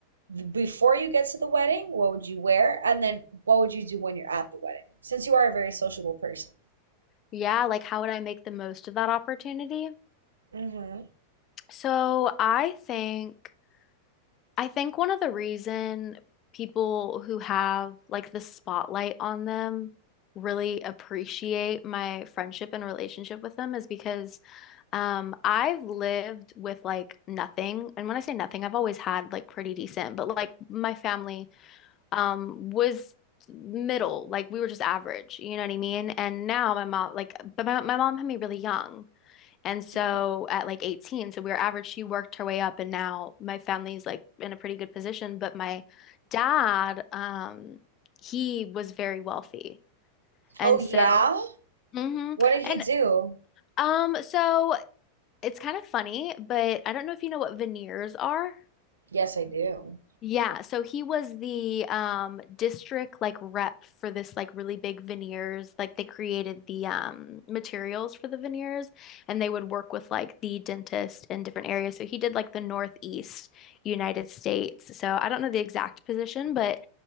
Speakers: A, on the right; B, on the left.
A: before you get to the wedding, what would you wear? And then what would you do when you're at the wedding? Since you are a very sociable person.
B: Yeah, like how would I make the most of that opportunity?
A: Mm-hmm.
B: So, I think. I think one of the reason people who have like the spotlight on them really appreciate my friendship and relationship with them is because um I've lived with like nothing. And when I say nothing, I've always had like pretty decent, but like my family um was middle, like we were just average, you know what I mean? And now my mom like but my, my mom had me really young. And so
A: Mm-hmm.
B: at like 18, so we were average, she worked her way up and now my family's like in a pretty good position. But my dad, um, he was very wealthy. And
A: Oh, yeah?
B: so, hmm
A: What did he
B: And
A: do?
B: um, so it's kind of funny, but I don't know if you know what veneers are.
A: Yes, I do.
B: Yeah, so he was the um district like rep for this like really big veneers. Like they created the um materials for the veneers and they would work with like the dentist in different areas. So he did like the Northeast United States. So I don't know the exact position, but